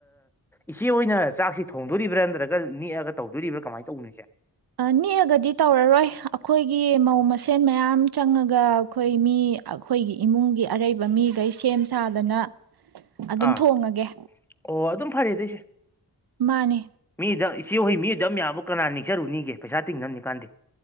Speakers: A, in the centre; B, on the right.
A: ꯏꯆꯦ ꯑꯣꯏꯅ ꯆꯥꯛꯁꯤ ꯊꯣꯡꯗꯣꯔꯤꯕ꯭ꯔꯥ ꯅꯠꯇ꯭ꯔꯒ ꯅꯦꯛꯑꯒ ꯇꯧꯗꯣꯔꯤꯕ꯭ꯔꯥ ꯀꯃꯥꯏꯅ ꯇꯧꯕꯅꯣ ꯏꯁꯦ
B: ꯅꯦꯛꯑꯒꯗꯤ ꯇꯧꯔꯔꯣꯏ ꯑꯩꯈꯣꯏꯒꯤ ꯃꯧ ꯃꯁꯦꯟ ꯃꯌꯥꯝ ꯆꯪꯉꯒ ꯑꯩꯈꯣꯏ ꯃꯤ ꯑꯩꯈꯣꯏꯒꯤ ꯏꯃꯨꯡꯒꯤ ꯑꯔꯩꯕ ꯃꯤꯈꯩ ꯁꯦꯝ ꯁꯥꯗꯅ ꯑꯗꯨꯝ
A: ꯑꯥ
B: ꯊꯣꯡꯉꯒꯦ
A: ꯑꯣ ꯑꯗꯨꯝ ꯐꯔꯦ ꯑꯗꯨꯣꯏꯁꯦ
B: ꯃꯥꯅꯤ
A: ꯃꯤ ꯏ ꯑꯣꯏꯏ ꯃꯤꯗꯝ ꯌꯥ ꯑꯗꯨꯨꯛ ꯀꯅꯥꯅꯤ ꯆꯔꯨꯅꯤꯒꯦ ꯄꯩꯁꯥ ꯇꯤꯡꯅꯕꯝꯅꯤ ꯀꯥꯟꯗꯦ